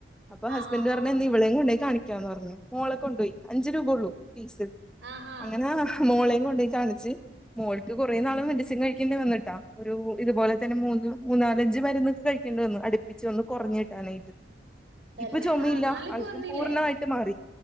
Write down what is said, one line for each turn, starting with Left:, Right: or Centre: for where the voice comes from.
Centre: അപ്പൊ
Right: ആഹ്
Centre: ഹസ്ബന്റു
Right: ആഹ്
Centre: പറഞ്ഞ്
Right: ആഹ്
Centre: എ ന്നിവളേം കൊണ്ടോയി കാണിക്കാന്ന് പറഞ്ഞു മോളെ കൊണ്ടോയി അഞ്ചു രൂപയൊള്ളൂ ഫീസ്
Right: ആഹ് ആഹ്
Centre: അങ്ങനാ മോളേം കൊണ്ടോയി കാണിച്ച് മോൾക്ക് കുറേ നാള് മെഡിസിൻ കഴിക്കേണ്ടി വന്നിട്ടാ ഒരു ഇതുപോലെ തന്നെ മൂന്ന് മൂന്നാലഞ്ച് മരുന്നൊക്കെ കഴിക്കേണ്ടി വന്നു അടുപ്പിച്ച് ഒന്ന് കുറഞ്ഞ് കിട്ടാനായിട്ട്
Right: തന്നെ
Centre: ഇപ്പൊ ചുമയില്ല
Right: ആഹ് നാല്
Centre: ആൾക്കും
Right: കൊറഞ്ഞില്ലേ
Centre: പൂർണ്ണമായിട്ട് മാറി